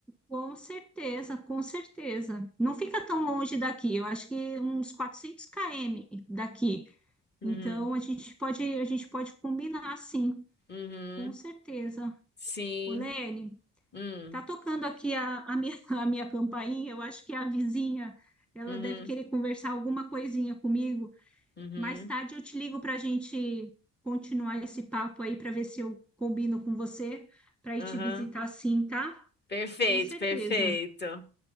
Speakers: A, in the centre; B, on the left.
A: Com certeza, com certeza. Não fica tão longe daqui, eu acho que uns quatrocentos km daqui.
B: Uhum,
A: Então, a gente pode, a gente pode combinar, sim,
B: uhum,
A: com certeza.
B: sim.
A: Olene,
B: Hum,
A: tá tocando aqui a, a minha, <laughs> a minha campainha, eu acho que é a vizinha, ela
B: uhum,
A: deve querer conversar alguma coisinha comigo.
B: uhum,
A: Mais tarde eu te ligo para a gente continuar esse papo aí, para ver se eu combino com você, para ir
B: uhum.
A: te visitar, sim, tá?
B: Perfeito,
A: Com certeza.
B: perfeito.